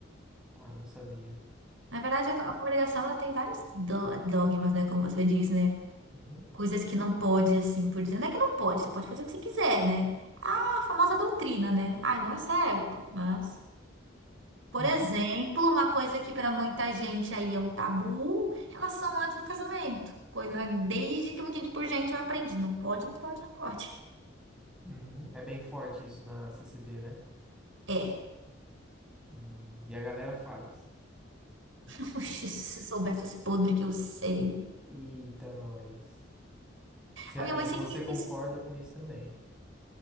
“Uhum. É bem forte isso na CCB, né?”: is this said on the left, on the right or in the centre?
Centre